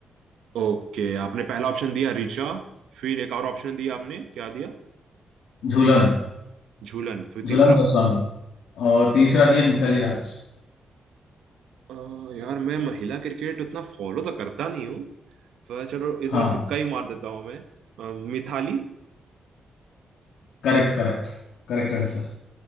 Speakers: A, on the right (about 90°); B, on the left (about 90°).
A: ओके आपने पहला ऑप्शन दिया रिचा फिर एक और ऑप्शन दिया आपने क्या दिया
B: झूलन
A: झूलन फिर
B: झूलन
A: तीसरा
B: गोस्वामी और तीसरा दिया मिताली राज
A: अ, यार मैं महिला क्रिकेट उतना फॉलो तो करता नहीं हूँ पर चलो इस
B: हाँ
A: बार तुक्का ही मार देता हूँ मैं अ, मिथाली
B: करेक्ट करेक्ट करेक्ट आंसर